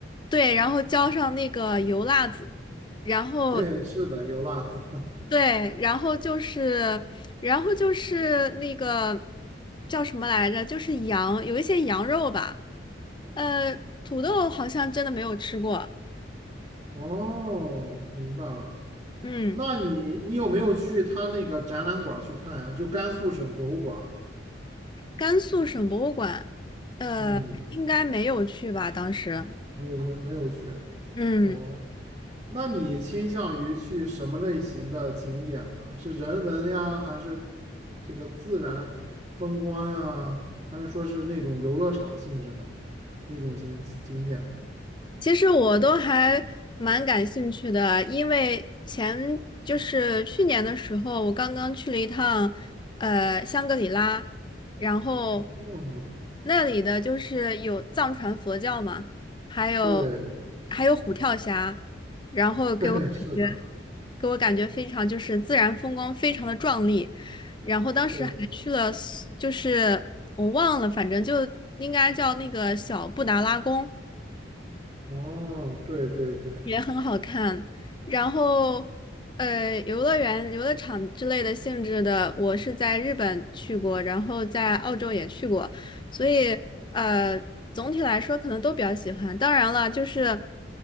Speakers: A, on the left; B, on the right.
A: 对，然后浇上那个油辣子，然后
B: <laughs> 对，是的，油辣子。<laughs>
A: 对，然后就是，然后就是那个叫什么来着？就是羊，有一些羊肉吧。呃，土豆好像真的没有吃过。
B: 哦，明白了。
A: 嗯。
B: 那你你有没有去他那个展览馆去看呀？就甘肃省博物馆
A: 甘肃省博物馆，呃，
B: 嗯，
A: 应该没有去吧？当时，
B: 没有没有没有去。
A: 嗯，
B: 哦，那你倾向于去什么类型的景点呢？是人文呀，还是这个自然风光呀，还是说是那种游乐场性质的那种景景点？
A: 其实我都还蛮感兴趣的，因为前就是去年的时候，我刚刚去了一趟，呃，香格里拉，然后
B: 嗯，
A: 那里的就是有藏传佛教嘛，还有
B: 对 <laughs>
A: 还有虎跳峡，然后给我感觉。
B: 对，是的，
A: 给我感觉非常就是自然风光非常的壮丽，然后当时还去了苏就是我忘了，
B: 对，
A: 反正就应该叫那个小布达拉宫，
B: 哦，对对对，
A: 也很好看。然后，呃，游乐园、游乐场之类的性质的，我是在日本去过，然后在澳洲也去过，所以呃，总体来说可能都比较喜欢。当然了，就是